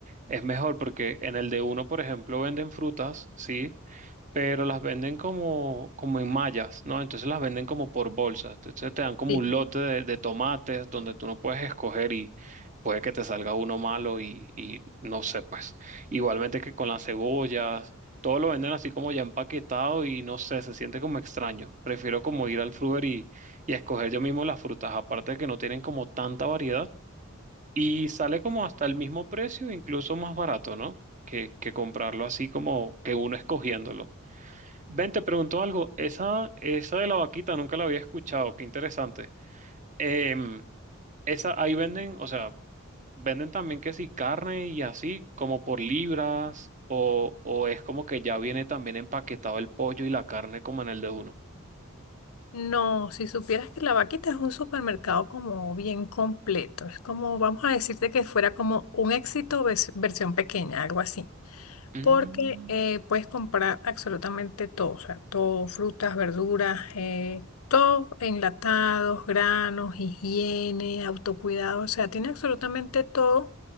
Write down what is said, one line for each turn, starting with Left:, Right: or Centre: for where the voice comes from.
Right: es mejor porque en el de uno, por ejemplo, venden frutas, ¿sí? pero las venden como, como en mallas, ¿no? Entonces las venden como por bolsas. Entonces te dan como
Left: Sí.
Right: un lote de, de tomates donde tú no puedes escoger y puede que te salga uno malo y, y no sé, pues. Igualmente que con las cebollas, todo lo venden así como ya empaquetado y no sé, se siente como extraño. Prefiero como ir al fruver y, y escoger yo mismo las frutas, aparte de que no tienen como tanta variedad y sale como hasta el mismo precio, incluso más barato, ¿no? Que, que comprarlo así como que uno escogiéndolo. Ven, te pregunto algo. Esa, esa de la vaquita nunca la había escuchado. Qué interesante. Em, esa ahí venden, o sea, venden también que sí, carne y así, como por libras, o, o es como que ya viene también empaquetado el pollo y la carne como en el de uno.
Left: No, si supieras que la Vaquita es un supermercado como bien completo, es como, vamos a decirte que fuera como un éxito ves- versión pequeña, algo así,
Right: Mm,
Left: porque eh, puedes comprar absolutamente todo, o sea, todo, frutas, verduras, eh, todo, enlatados, granos, higiene, autocuidado, o sea, tiene absolutamente todo